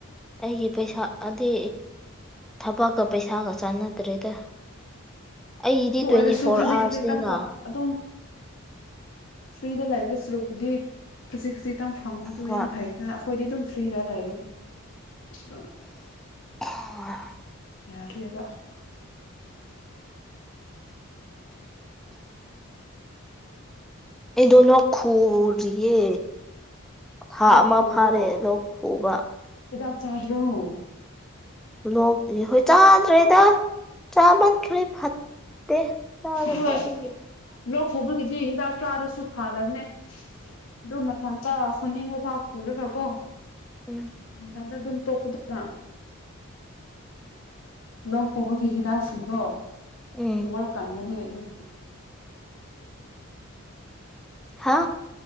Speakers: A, in the centre; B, on the left.
A: ꯑꯩꯒꯤ ꯄꯩꯁꯥ ꯑꯗꯤ꯫ ꯊꯥꯕꯛꯀ ꯄꯩꯁꯥꯒ ꯆꯥꯟꯅꯗ꯭ꯔꯦꯗ꯫ ꯑꯩꯗꯤ
B: ꯑꯗꯨ
A: ꯇ꯭ꯋꯦꯟꯇꯤ
B: ꯑꯣꯏꯔꯁꯨ
A: ꯐꯣꯔ
B: ꯈꯖꯤꯛ
A: ꯑꯥꯋꯥꯔꯁꯅꯤꯅ
B: ꯈꯖꯤꯛ ꯇꯪꯄ ꯑꯗꯨꯝ꯫ ꯐ꯭ꯔꯤꯗ ꯂꯩꯕ ꯁꯔꯨꯛꯄꯨꯗꯤ꯫ ꯈꯖꯤꯛ ꯈꯖꯤꯛꯇꯪ ꯐꯪꯕꯗꯨ
A: ꯍꯣꯏ
B: ꯌꯥꯝ ꯐꯩ ꯑꯩꯈꯣꯏꯗꯤ ꯑꯗꯨꯝ꯫ ꯐꯔꯤꯔ ꯂꯩꯔꯒ ꯑꯗꯨꯝ꯫
A: ꯑꯥꯥ꯫
B: ꯌꯥꯗꯦꯕ꯫
A: ꯑꯩꯗꯣ ꯂꯣꯛ ꯈꯨꯔꯤꯌꯦ꯫ ꯊꯥ
B: ꯂꯣꯛ
A: ꯑꯃ
B: ꯈꯨꯕ꯭ꯔꯣ
A: ꯐꯥꯔꯦ ꯂꯣꯛ ꯈꯨꯕ꯫
B: ꯍꯤꯗꯥꯛ ꯆꯥꯗ꯭ꯔꯣ꯫
A: ꯂꯣꯛ ꯍꯣꯏ ꯆꯥꯗ꯭ꯔꯦꯗ ꯆꯥꯃꯟꯈ꯭ꯔꯦ ꯐꯠꯇꯦ꯫ ꯆꯒ
B: ꯍꯣꯏ
A: ꯁꯣ ꯑꯗꯨꯁꯦ
B: ꯂꯣꯛ ꯎꯕꯒꯤꯗꯤ ꯍꯤꯗꯥꯛ ꯆꯥꯔꯁꯨ ꯐꯥꯗꯕꯅꯦ ꯑꯗꯨ ꯃꯊꯟꯇ ꯍꯨꯅꯤꯡꯕ ꯄꯥꯎ ꯈꯨꯔꯒ ꯀꯣ
A: ꯎꯝ
B: ꯃꯊꯪꯇ ꯑꯗꯨꯝ ꯄꯅ ꯂꯧꯣꯛ ꯍꯕꯒꯤ ꯍꯤꯗꯥꯛꯁꯤꯡꯗꯣ
A: ꯎꯝ
B: ꯕꯔ ꯀꯟꯕꯅꯦ ꯑꯗꯨꯒꯤ
A: ꯍꯥ